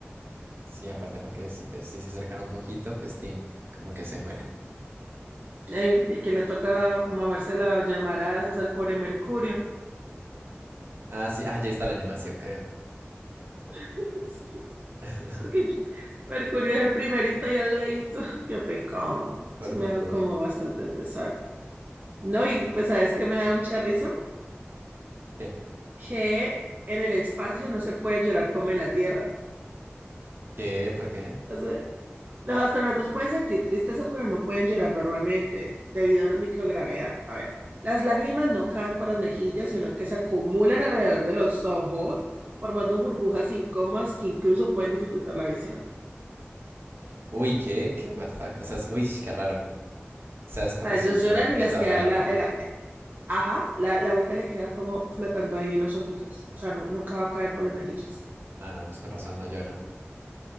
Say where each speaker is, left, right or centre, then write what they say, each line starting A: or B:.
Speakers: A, on the right (about 55°); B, on the right (about 40°).
A: Sí, aparte porque si, pues, si se acercan un poquito, pues tin, como que se mueren.
B: Eh, y que le toca mamarse la llamarada es al pobre Mercurio.
A: Ah, sí, ah, ya está la animación, creo.
B: <laughs> Sí,
A: <laughs>
B: porque yo- Mercurio es el primerito y al ladito. <laughs> Qué pecado.
A: Por
B: Sí me
A: Mercurio.
B: da como bastante pesar. No, y pues sabes que me da mucha risa
A: ¿Qué?
B: que en el espacio no se puede llorar como en la Tierra.
A: ¿Qué? ¿Por qué?
B: O sea, los astronautas pueden sentir tristeza, pero no pueden llorar normalmente debido a la microgravedad. A ver, las lágrimas no caen por las mejillas, sino que se acumulan alrededor de los ojos, formando burbujas incómodas que incluso pueden dificultar la visión.
A: Uy, ¿qué? ¿Qué? ¿What the fuck? O sea, es- uy, qué raro. O sea, es como
B: O sea, ellos
A: si te
B: lloran
A: metieras
B: y les
A: debajo
B: queda
A: del agua.
B: la, la- ajá, la, la agüita le queda como flotando ahí en los ojitos. O sea, no- nunca va a caer por las mejillas.
A: Ah, no, pues con razón no lloran.